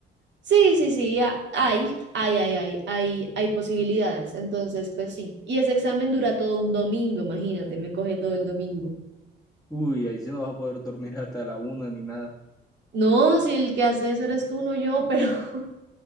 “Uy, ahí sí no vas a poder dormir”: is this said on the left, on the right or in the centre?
Centre